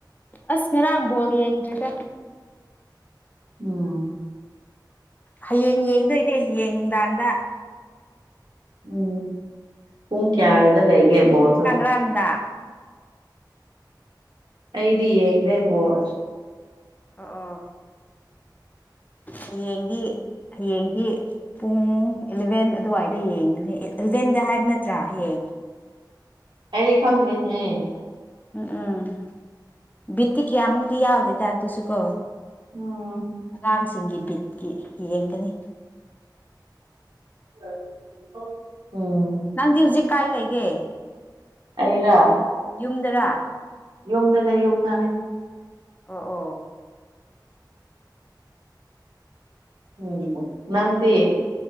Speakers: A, on the left; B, on the right.
A: ꯑꯁ ꯉꯔꯥꯡ ꯕꯣꯜ ꯌꯦꯡꯗ꯭ꯔꯦꯗ
B: ꯎꯝ
A: ꯍꯌꯦꯡ ꯌꯦꯡꯗꯣꯏꯅꯦ ꯍꯌꯦꯡ ꯅꯨꯡꯗꯥꯡꯗ
B: ꯎꯝ ꯄꯨꯡ ꯀ꯭ꯌꯥꯗ ꯂꯩꯒꯦ ꯕꯣꯜꯗꯣ
A: ꯇꯥꯡꯗ
B: ꯑꯩꯗꯤ ꯌꯦꯡꯗꯦ ꯕꯣꯜ
A: ꯑꯣ ꯑꯣ ꯍꯌꯦꯡꯗꯤ ꯍꯌꯦꯡꯗꯤ ꯄꯨꯡ ꯑꯦꯂꯚꯦꯟ ꯑꯗꯨꯋꯥꯏꯗ ꯌꯦꯡꯒꯅꯤ ꯏꯂꯚꯦꯟꯗ ꯍꯥꯏꯕ ꯅꯠꯇ꯭ꯔꯥ ꯍꯌꯦꯡ
B: ꯑꯩꯗꯤ ꯈꯪꯗꯦꯅꯦꯍꯦ
A: ꯎꯝ ꯎꯝ ꯕꯤꯠꯇꯤ ꯀꯌꯥꯃꯨꯛꯇꯤ ꯌꯥꯎꯗꯦꯗ ꯑꯗꯨꯁꯨ ꯀꯣ
B: ꯎꯝ
A: ꯑꯉꯥꯡꯁꯤꯡꯒꯤ ꯕꯤꯠꯀꯤ ꯌꯦꯡꯒꯅꯤ
B: <unintelligible> ꯎꯝ
A: ꯅꯪꯗꯤ ꯍꯧꯖꯤꯛ ꯀꯥꯏ ꯂꯩꯒꯦ
B: ꯑꯩꯔꯥ
A: ꯌꯨꯝꯗꯔꯥ
B: ꯌꯨꯝꯗꯅꯦ ꯌꯨꯝꯗ ꯍꯩ
A: ꯑꯣ ꯑꯣ
B: ꯎꯝ ꯅꯪꯗꯤ